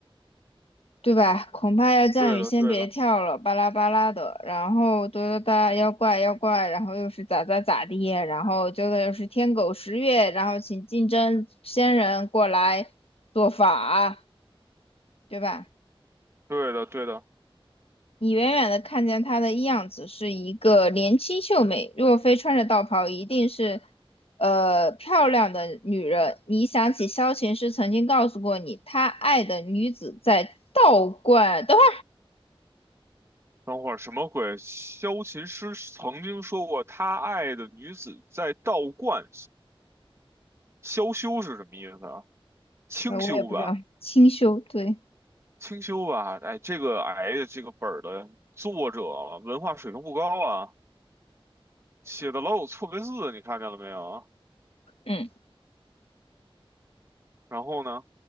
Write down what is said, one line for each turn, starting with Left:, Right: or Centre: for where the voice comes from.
Left: 对吧？恐怕要降雨，
Right: 对的，
Left: 先别跳了，
Right: 对的，
Left: 巴拉巴拉的，然后哒哒哒，妖怪妖怪，然后又是咋咋咋地，然后接着又是天狗食月，然后请竞争仙人过来做法，对吧？
Right: 对的，对的。
Left: 你远远的看见她的样子是一个年轻秀美，若非穿着道袍，一定是，呃，漂亮的女人。你想起萧琴师曾经告诉过你，她爱的女子在道观，等会
Right: 等会儿什么鬼？萧琴师曾经说过，他爱的女子在道观。萧修是什么意思啊？清修吧，
Left: 儿，呃，我也不知道，清修，对。
Right: 清修吧。哎，这个哎呀，这个本儿的作者文化水平不高啊，写的老有错别字，你看见了没有？
Left: 嗯，
Right: 然后呢，